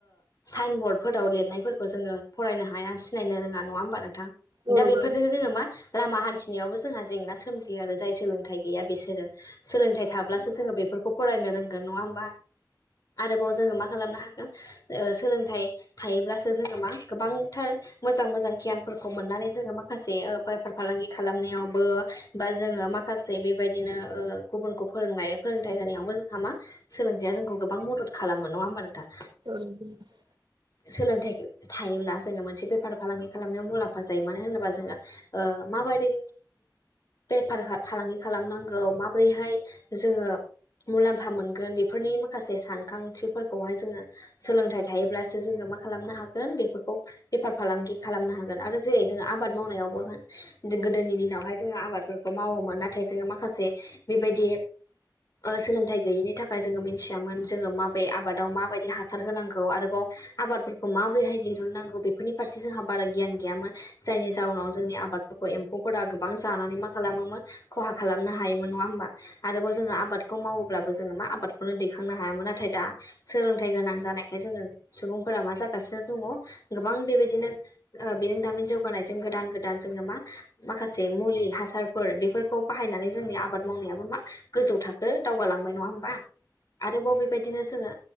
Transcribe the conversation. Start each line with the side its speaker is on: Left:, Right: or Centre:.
Left: साइन बरडफोराव लिरनायफोरखौ जोंङो फरायनो हाया सिनायनो रोङा नंङा होनबा नोंथां?
Right: औ
Left: दा
Right: नंगौ
Left: बेफोरजोंनो
Right: नोंथां
Left: जोंङो मा लामा हान्थिनायावबो जोंहा जेंना सोमजियो आरो जाय सोलोंथाइ गैया बिसोरो सोलोंथाइ थाब्लासो जोंङो बेफोरखौ फरायनो रोंगोन नंङा होमबा? आरोबाव जोंङो मा खालामनो हागोन ओ सोलोंथाइ थायोब्लासो जोंङो मा गोबांथार मोजां मोजां गियानफोरखौ मोननानै जोंङो माखासे ओ बेफार फालांगि खालामनायावबो बा जोंङो माखासे बेबायदिनो ओ गुबुन गथ'खो फोरोंनाय फोरोंथाइ होनायावबो जोंहा मा सोलोंथाइया जोंखौ गोबां मदद खालामो नंङा होमबा नोंथा?
Right: औ <unintelligible>
Left: सोलोंथाइ थायोब्ला जोङो मोनसे बेफार फालांगि खालामनायाव मुलाम्फा जायो मानो होनोबा जोङो ओ- माबोरै बेफार फालांगि खालामनांगौ माबोरैहाय जोङो मुलाम्फा मोनगोन बेफोरनि माखासे सानखांथिफोरखौहाय जोङो सोलोंथाइ थायोब्लासो जोङो मा खालामनो हागोन बेफोरखौ बेफार फालांगि खालामनो हागोन आरो जेरै जोंहा आबाद मावनायावबो होन गोदोनि दिनावहाय जोङो आबादफोरखौ मावोमोन नाथाय जोङो माखासे बेबायदि ओ सोलोंथाइ गैयिनि थाखाय जोङो मिथियामोन जोङो माबे आबादाव माबायदि हासार होनांगौ आरोबाव आबादफोरखौ माबोरैहाय दहुननांगौ बेफोरनि फारसे जोंहा बारा गियान गैयामोन जायनि जााहनाव जोंनि आबाद एम्फौफोरा गोबां जानानै मा खालामोमोन खहा खालामनो हायोमोन नङा होमबा आरोबाव जोङो आबादखौ मावोब्लाबो जोङो मा आबादखौनो दैखांनो हायामोन नाथाय दा सोलोंथाइ गोनां जानायखाय जोङो सुबुंफोरा मा जागासिनो दङ गोबां बेबायदिनो ओ बिरोंदामिन जौगानायजों गोदान गोदान गोदान जोङो मा माखासे मुलि हासारफोर बेफोरखौ बाहायनानै जोंनि आबाद मावनायाबो मा गोजौ थाखो दावगालांबाय नङा होमबा आरोबाव बेबायदिनो जोङो